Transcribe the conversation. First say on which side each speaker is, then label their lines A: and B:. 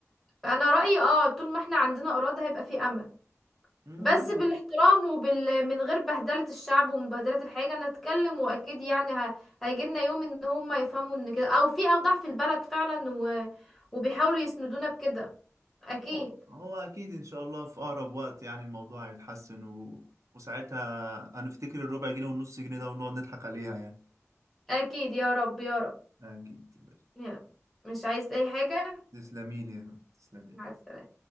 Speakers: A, in the centre; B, on the right.
A: فانا رايي اه طول ما احنا عندنا اراده هيبقى في امل
B: لا
A: بس بالاحترام وبال من غير بهدلة الشعب ومبهدلة الحاجة نتكلم وأكيد يعني ه... هيجيلنا يوم إن هما يفهموا إن كده أو في أوضاع في البلد فعلا و... وبيحاولوا يسندونا بكده أكيد
B: هو هو أكيد إن شاء الله في أقرب وقت يعني الموضوع هيتحسن و... وساعتها هنفتكر الربع جنيه والنص جنيه ده ونقعد نضحك عليها يعني
A: أكيد يا رب يا رب
B: أكيد يا باشا
A: يعني مش عايز أي حاجة
B: تسلمي لي يا حبيبي، تسلمي
A: مع
B: لي
A: السلامة